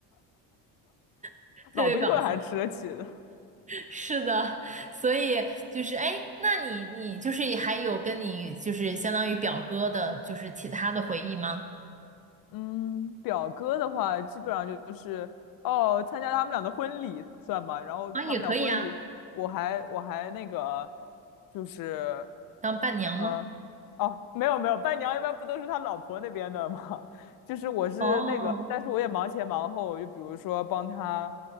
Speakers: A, on the right (about 20°); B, on the left (about 60°).
A: <laughs> 特别搞笑。
B: 老冰棍还吃得起的。
A: 是的，所以就是哎，那你你就是还有跟你就是相当于表哥的，就是其他的回忆吗？
B: 嗯，表哥的话，基本上就是哦，参加他们俩的婚礼算吧。然后他们俩婚礼，
A: 啊，也可以啊，
B: 我还我还那个，就是
A: 当伴娘吗？
B: 嗯，哦，没有没有，伴娘一般不都是他老婆那边的吗？<laughs> 就是我是那个，
A: 哦
B: 但是我也忙前忙后，就比如说帮他，